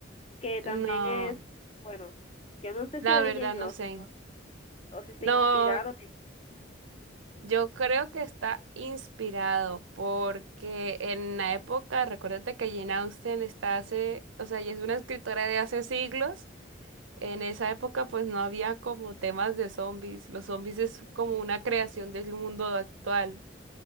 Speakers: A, on the left; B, on the right.
A: Que también
B: no,
A: es, bueno, yo no sé
B: la
A: si de
B: verdad
A: Jane
B: no
A: Austen
B: sé.
A: o si se
B: No,
A: inspiraron.
B: Yo creo que está inspirado porque en la época, recuérdate que Jane Austen está hace, o sea, ella es una escritora de hace siglos. En esa época, pues no había como temas de zombies. Los zombies es como una creación del mundo actual.